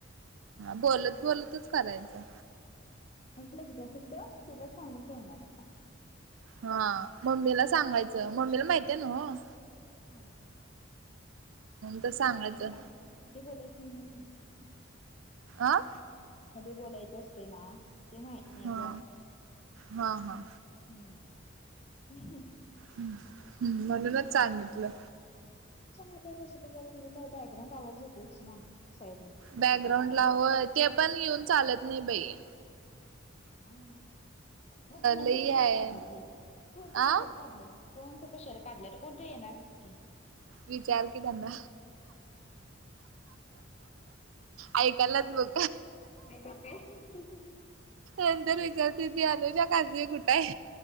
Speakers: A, on the right (about 85°); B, on the left (about 35°).
A: बोलत बोलतच करायचं.
B: होलंच ग फक्त तुला सांगून ठेवणार हाय.
A: हा. मम्मीला सांगायचं. मम्मीला माहितीयं नव्हं.
B: माहितीयं तिला
A: तर
B: हे
A: सांगायचं
B: माहिती पण मध्ये बोलायचं नाही म.
A: आं.
B: मध्ये बोलायचं असतय ना ते माहित नाही
A: हा
B: ग.
A: हा
B: अच्छा,
A: हा
B: ह.
A: हम्. हम. म्हणूनच सांगितलं.
B: सांगताय तसं बघाय तर बॅकग्राउंड आवाज येतोच ना. साईडून कशाचा
A: बॅग्राउंड
B: अंदाज
A: ला होय ते पण येऊन चालत नाही बाई
B: ह मग फोनचं
A: लई
B: कशाल
A: आहे
B: काढलं हे फोनच
A: आ
B: कुशाला काढले म. फोनचं कशाला काढलं तर फोन तर येणारच की
A: विचार की त्यांना. ऐक. कलाच ब
B: गप ये.
A: ए तर विचारते ती अनुजा काजूवे कुठाय?